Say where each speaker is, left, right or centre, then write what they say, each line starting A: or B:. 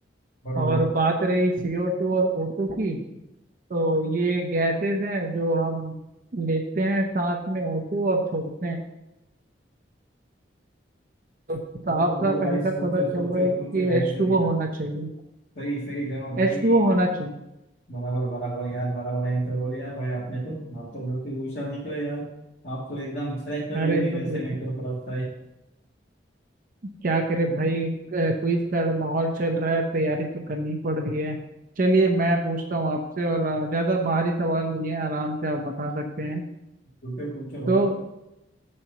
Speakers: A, on the left (about 50°); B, on the right (about 45°).
A: बराबर
B: और बात रही CO2 और O2 की तो ये गैसेस हैं जो हम लेते हैं सांस में होते और छोड़ते हैं तो साफ
A: बोलो बोलो
B: साफ
A: भाई
B: आंसर
A: सोचो
B: पता चल
A: सोचो
B: रहा है कि
A: सोचो आंसर
B: एच टू
A: यार
B: ओ होना चाहिए
A: सही सही जवाब भाई
B: एच टू ओ होना चाहिए
A: बराबर बराबर यार बराबर आंसर बोले यार भाई आपने तो आप तो बहुत ही होशियार दिख रहे हैं यार आप तो एकदम क्रैक कर
B: अरे
A: लोगे
B: तो
A: वैसे
B: फिर
A: मेरे को तो लगता है
B: क्या करे भाई क्विज का माहौल चल रहा है तैयारी तो करनी पड़ रही है चलिए मैं पूछता हूँ आपसे और अ, ज्यादा भारी सवाल नहीं है आराम से आप बता सकते हैं
A: पूछो पूछो
B: तो
A: भाई